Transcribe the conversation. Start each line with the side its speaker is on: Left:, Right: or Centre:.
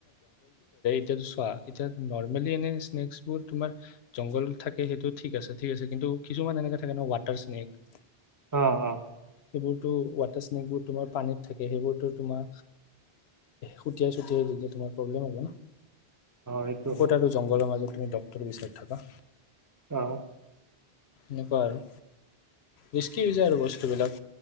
Left: এতিয়াটো চোৱা। এতিয়া নৰ্মেলি এনে স্নেক বোৰ জংঘল থাকে সেইটো ঠিক আছে, ঠিক আছে কিন্তু কিছুমান এনেকে থাকে ন ৱাটাৰ স্নেক।
Right: অ অ
Left: সেইবোৰতো ৱাটাৰ স্নেকবোৰ তোমাৰ পানীত থাকে সেইবোৰতো তোমাৰ সুটিয়াই চুটিয়াই দিলে তোমাৰ প্ৰব্লেম হ'ব।
Right: সেইটো
Left: ক'ত
Right: হয়
Left: আছ জংঘলৰ মাজত তুমি বিছ লাখ টকা।
Right: অহ
Left: এনেকুৱা আৰু ৰিছকি হৈছে আৰু বস্তুবিলাক